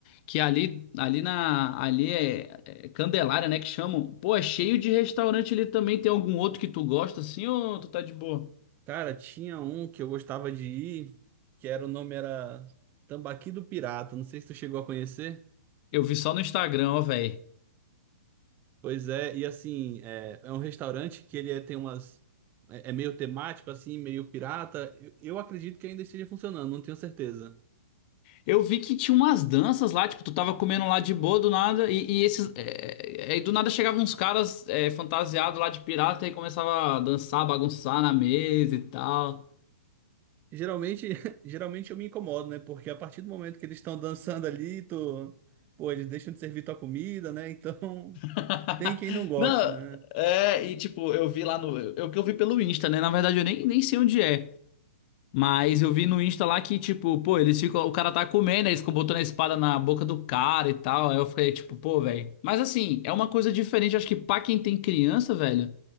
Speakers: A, on the left (about 40°); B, on the right (about 25°).
A: que ali, ali na, ali é, é Candelária, né, que chamam. Pô, é cheio de restaurante ali também. Tem algum outro que tu gosta assim ou tu tá de boa?
B: Cara, tinha um que eu gostava de ir, que era, o nome era Tambaqui do Pirata, não sei se tu chegou a conhecer.
A: Eu vi só no Instagram, ó, velho.
B: Pois é, e assim, é, é um restaurante que ele é- tem umas... É, é meio temático, assim, meio pirata. Eu, eu acredito que ainda esteja funcionando, não tenho certeza.
A: Eu vi que tinha umas danças lá, tipo, tu tava comendo lá de boa do nada, e, e esses. é, é, e do nada chegavam uns caras é, fantasiados lá de pirata e começava a dançar, bagunçar na mesa e tal.
B: Geralmente, <laughs> geralmente eu me incomodo, né? Porque a partir do momento que eles estão dançando ali, tu... pô, eles deixam de servir tua comida, né? Então, <laughs>
A: <laughs>
B: tem quem não goste,
A: Não,
B: né?
A: é, e tipo, eu vi lá no. É o que eu vi pelo Insta, né? Na verdade, eu nem, nem sei onde é. Mas eu vi no Insta lá que, tipo, pô, eles ficam. O cara tá comendo, aí eles ficam botando a espada na boca do cara e tal. Aí eu fiquei, tipo, pô, velho. Mas assim, é uma coisa diferente. Acho que pra quem tem criança, velho,